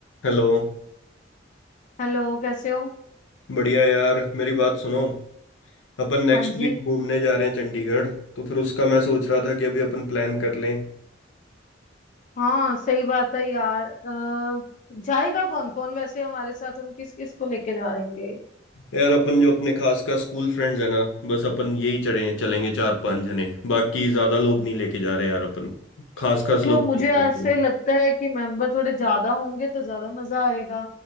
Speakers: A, on the left; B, on the left.
A: Hello
B: Hello कैसे हो
A: बढ़िया यार मेरी बात सुनो अपन नेक्स्ट
B: हाँ जी
A: वीक घूमने जा रहे हैं चंडीगढ़ तो फिर उसका मैं सोच रहा था कि अभी अपन प्लान कर लें
B: हाँ सही बात है यार अ, जाएगा कौन कौन वैसे हमारे साथ हम किस किस को लेके जा रहेंगे
A: यार अपन जो अपने खास का स्कूल फ्रेंड्स है ना बस अपन यही चढ़े चलेंगे चार पांच जने बाकी ज्यादा लोग नहीं लेके जा रहे यार अपन खास खास लोग
B: यो मुझे
A: चल रहे
B: ऐसे
A: हैं अपन।
B: लगता है कि मेंबर थोड़े ज्यादा होंगे तो ज्यादा मजा आएगा